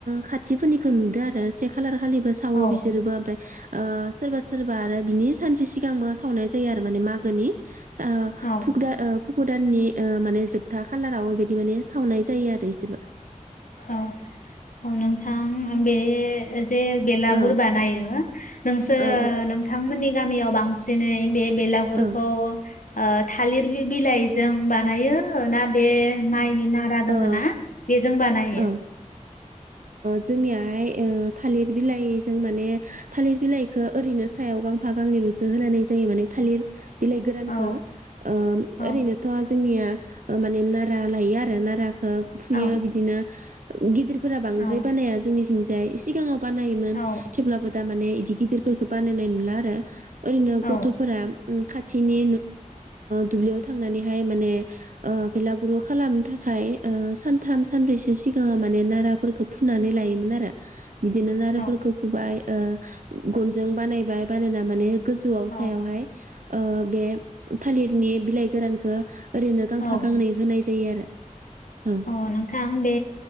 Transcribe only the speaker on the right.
खा थिफोरनिखौ नुदो आरो से खालार खालिबो सावो
बिसोरबो ओमफाय ओ सोरबा सोरबा बा आरो बिनि सानसे सिगांबो सावनाय जायो आरो माने मागोनि ओ
पुक फुखु दाननि माने जोबथा खालाराव बेबायदि माने सावनाय जायो आरो बिसोरबो
औ
औ
औ
ओ
औ ओ जोंनियाहाय ओ थालिर बिलाइजों माने थालिर बिलाइ खो ओरैनो सायाव गांफा गांनैलसो होनोलाय जायो माने थालिर बिलाइ गोरानखौ
ओ
ओरैनोथ' जोंनिया ओ मा निन नारा लायो आरो नाराखौ फुयो
बिदिनो गिदिरफोरा बांद्राय
बानाया जोंनि थिंजाय सिगाङाव बानायोमोन
थेवब्लाबो दा माने बिदि गिदिरफोरखौ बानायनाय नुला आरो ओरैनो
गथ'फोरा खाथिनि दुब्लियाव थांनानैहाय माने ओ बेलागुरु खालामनो थाखाय सानथाम सानब्रैसो सिगाङाव माने नारा फोरखौ फुनानै लायोमोन आरो बिदिनो नाराफोरखौ
फुबाय गनजों बानायबाय बानायना माने गोजौआव
सायावहाय बे थालिरनि बिलाइ गोरानखौ ओरैनो गांफा
गांनै होनाय जायो आरो औ